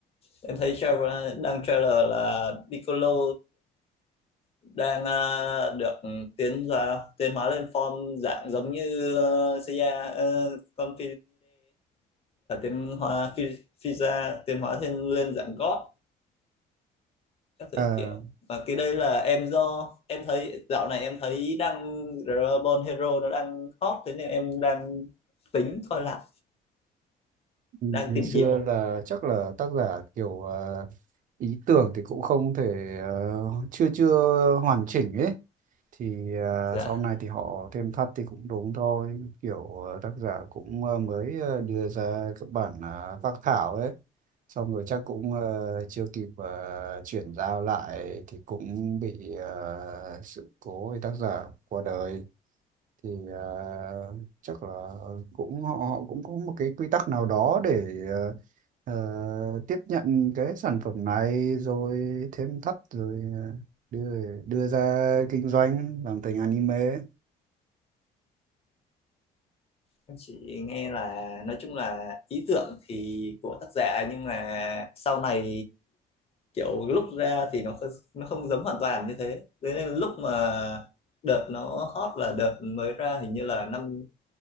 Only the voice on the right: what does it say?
Ờ,
ngày
xưa
là chắc là tác giả kiểu ờ, ý tưởng thì cũng không thể ờ, chưa chưa hoàn chỉnh ấy thì ờ,
sau này thì họ thêm thắt thì cũng đúng thôi kiểu ờ, tác giả cũng ờ, mới ờ, đưa ra các bản ờ, phác thảo ấy xong rồi chắc cũng ờ, chưa kịp ờ, chuyển giao lại thì cũng bị ờ, sự cố thì tác giả qua đời thì à, chắc là cũng họ, họ cũng có một cái quy tắc nào đó để ờ, ờ, tiếp nhận cái sản phẩm này rồi thêm thắt rồi ờ, đưa đưa ra kinh doanh làm thành anime